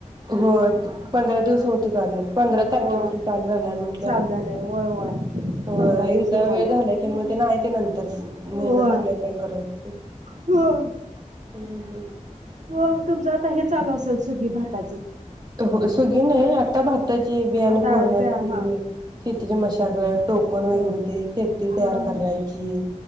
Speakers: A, on the right; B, on the right.
A: होय पंधरा दिवस होतच आल्यात, पंधरा तारखेपासून
B: होय
A: चालू झालंय म्हटल्यावर,
B: चालू झालंय होय होय
A: हो
B: पंधरा दिवस
A: एकदा
B: होत आलेत.
A: वेळ झालाय किं म ते नाही ते नंतर
B: होय
A: महिना सप्लावर काय करून होतय
B: हो
A: हुं हुं
B: हो तुमचं आता हे चालू असेल सुगी भाताची
A: तो हो सुगी नाही आहेत आता भाताची बियाणे
B: आता
A: पुरण्याची
B: हा
A: शेतीचे मशागत टोकण वगैरे
B: हो
A: ते शेती तयार
B: हा हा
A: करायची,